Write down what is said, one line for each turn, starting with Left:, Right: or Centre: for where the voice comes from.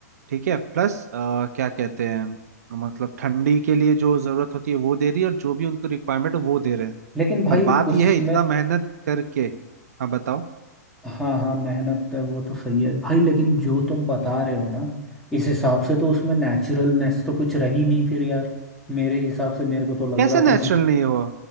Right: ठीक है प्लस क्या कहते हैं मतलब ठंडी के लिए जो जरूरत होती है वो दे रही है और जो भी उनको रिक्वायरमेंट वो दे रहे हैं
Centre: लेकिन भाई
Right: पर बात
Centre: उसमें
Right: यह है इतना मेहनत करके हाँ बताओ
Centre: हाँ हाँ मेहनत है, वो तो सही है भाई लेकिन जो तुम बता रहे हो ना इस हिसाब से तो उसमें नेचुरलनेस तो कुछ रही नहीं फिर यार मेरे हिसाब से मेरे को तो लग
Right: कैसे
Centre: रहा था
Right: नेचुरल
Centre: कि
Right: नहीं हो